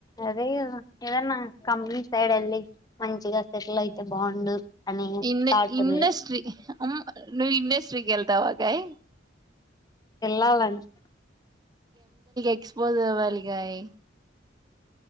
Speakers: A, on the left (about 20°); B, on the right (about 20°).
A: అదే ఏదన్నా కమ్లీ సైడ్ వెళ్ళి మంచిగా సెట్లా అయితే బాగుండు. అని
B: ఇండ్
A: థాట్
B: ఇండస్ట్రి
A: ఉంది
B: ఆ నువ్వు ఇండస్ట్రీ కి వేళతావా అక్కాయ్
A: వెళ్ళాలని
B: ఎక్స్పోజ్ అవ్వాలిగాయ్